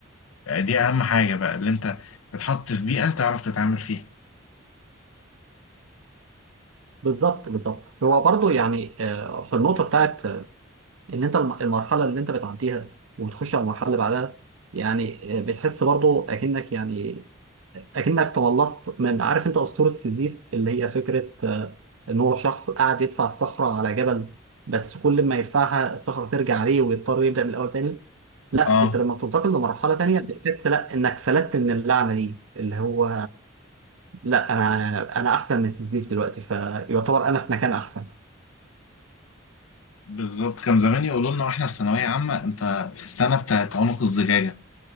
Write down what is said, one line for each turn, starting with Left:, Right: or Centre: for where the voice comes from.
Left: آه، دي أهم حاجة بقى اللي أنت تتحط في بيئة تعرف تتعامل فيها
Right: بالظبط بالظبط هو برضو يعني آه، في النقطه بتاعت آه، ان انت الم- المرحله اللي انت بتعديها وبتخش على المرحله اللي بعدها يعني آه، بتحس برضو اكنك يعني اكنك تملصت من عارف انت اسطوره سيزيف اللي هي فكره آه، ان هو شخص قاعد يدفع الصخره على جبل بس كل ما يدفعها الصخره ترجع عليه ويضطر يبدا من الاول تاني لا
Left: أه
Right: انت لما بتنتقل لمرحله تانيه بتحس لا انك فلتت من اللعنه دي اللي هو لا انا انا احسن من سيزيف دلوقتي فيعتبر انا في مكان احسن
Left: بالظبط كان زمان يقولوا لنا واحنا في ثانوية عامة أنت في السنة بتاعت عنق الزجاجة